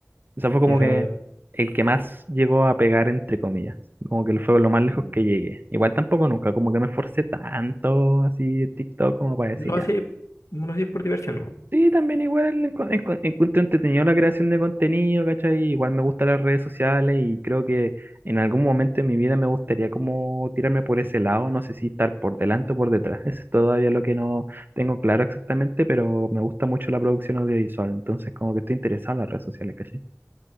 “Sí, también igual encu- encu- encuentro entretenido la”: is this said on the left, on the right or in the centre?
Right